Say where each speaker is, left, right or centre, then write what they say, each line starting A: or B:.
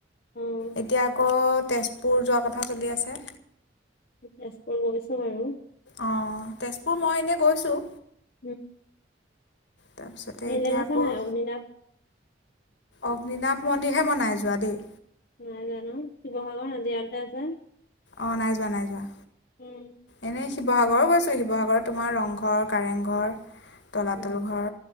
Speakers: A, on the left; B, on the left.
A: অ',
B: এতিয়া আকৌ তেজপুৰ যোৱাৰ কথা চলি আছে।
A: তেজপুৰ গৈছো বাৰু।
B: অ', তেজপুৰ মই এনেই গৈছোঁ।
A: উম।
B: তাৰপিছতে
A: হেৰিলে
B: এতিয়া
A: গৈছা
B: আকৌ
A: নাই অগ্নিনাভ
B: অগ্নিনাাথ মন্দিৰহে মই নাই যোৱা দেই।
A: নাই জানো শিৱসাগৰ নাজিৰাতে আছে।
B: অ', নাই যোৱা নাই যোৱা।
A: উম।
B: এনেই শিৱসাগৰো গৈছোঁ, শিৱসাগৰত তোমাৰ ৰংঘৰ কাৰেংঘৰ তলাতল
A: উম,
B: ঘৰ